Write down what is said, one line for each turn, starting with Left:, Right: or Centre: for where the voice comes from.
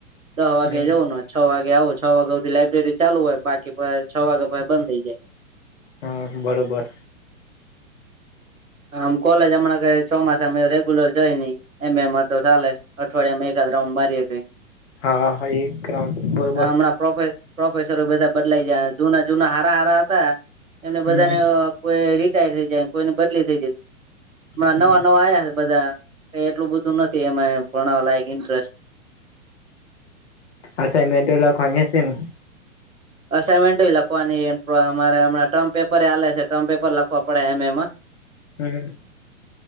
Right: દહ વાગે
Left: હમ
Right: જવું ન છ વાગે આવો છ વાગે સુધી લાઈબ્રેરી ચાલુ હોય બાકી છ વાગે પછી બંધ થઈ જાય.
Left: હા બરોબર.
Right: આમ કોલેજ હમણાં ક ચોમાસ અમે રેગ્યુલર જઈ નહી. એમ એમાં તો ચાલે અઠવાડિયામાં એકાદ રાઉન્ડ મારી તોય.
Left: હા, હા એ <unintelligible>
Right: હમણાં પ્રોફેસરો બધા બદલાઈ જયા જૂના જૂના હારા હારા હતા એમને બધાને
Left: હમ
Right: કોઈ રિટાયર થઈ જાય કોઈની બદલી થઈ ગઈ હમણાં
Left: હમ
Right: નવા નવા આવ્યા છે બધા એટલું બધું નથી એમાં ભણાવા લાયક ઇન્ટરેસ્ટ.
Left: અસાાઈનમેન્ટો લખવાની હશે ને.
Right: અસાાઈનમેન્ટો લખવાની અમારે હમણાં ટર્મ પેપરે આલે છે ટર્મ પેપર લખવા પડે એમ એમાં.
Left: હમ.